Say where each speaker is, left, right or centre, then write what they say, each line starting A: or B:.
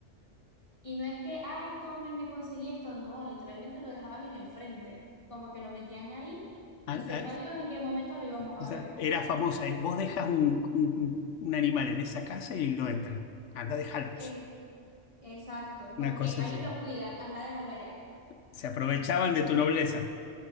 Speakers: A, on the left; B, on the left.
A: Y no es que, ay, tomen, me conseguí esto, no, literalmente lo dejaban en el frente, como que lo metían ahí
B: Ah,
A: y sepa
B: ah,
A: Dios en qué momento lo íbamos a
B: esa-
A: ver.
B: era famosa, eh, vos dejas un, un- un animal en esa casa y lo entran. Anda, dejarlos
A: Eh, exacto, como
B: Una cosa
A: que ahí
B: así.
A: lo cuidan, anda, déjalo allá.
B: Se aprovechaban de tu nobleza.